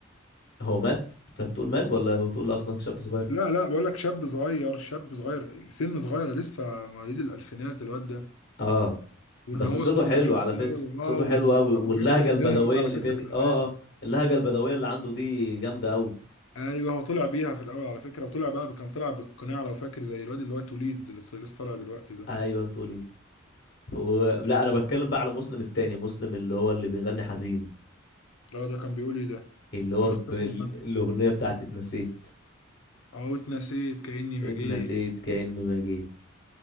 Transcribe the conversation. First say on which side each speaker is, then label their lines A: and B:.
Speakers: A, on the left; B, on the left.
A: هو مات انت بتقول مات ولا بتقول اصلا شاب صغير
B: لا لا بقول لك شاب صغير شاب صغير سن صغير لسه مواليد الالفينات الواد ده
A: اه
B: وان
A: بس
B: هو
A: صوته
B: صوته
A: حلو
B: جميل
A: على
B: كده
A: فكره صوته
B: اه وكان
A: حلو قوي واللهجه
B: مكسر الدنيا
A: البدويه
B: الواد ده على
A: اللي
B: فكره
A: فيها دي
B: في الاغاني
A: اه اه اللهجه البدويه اللي عنده دي جامده قوي
B: ايوه هو طلع بيها في الاول على فكره وطلع بقى كان طلع بالقناع لو فاكر زي الواد اللي هو توليد اللي لسه طالع دلوقتي ده
A: ايوه انتوا ليه و... لا انا بتكلم بقى على مسلم التاني مسلم اللي هو اللي بيغني حزين
B: لا ده كان بيقول ايه ده
A: اللي هو
B: انا
A: بال...
B: كنت اسمع عنه
A: الاغنيه بتاعت اتنسيت
B: اه اتنسيت كاني ما
A: اتنسيت
B: جيت
A: كأني ما جيت